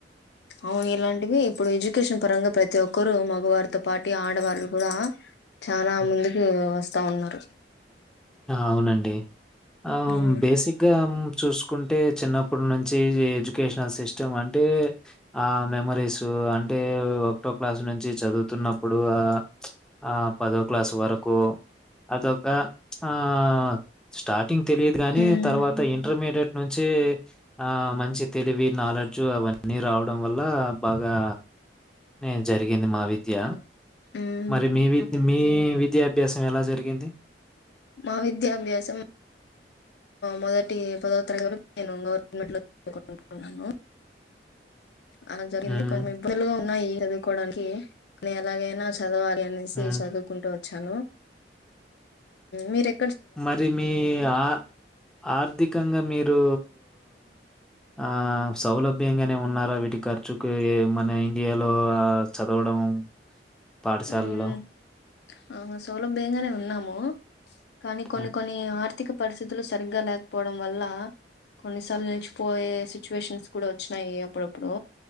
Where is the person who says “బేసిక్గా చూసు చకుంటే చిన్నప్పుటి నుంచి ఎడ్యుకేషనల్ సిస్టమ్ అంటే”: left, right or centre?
Centre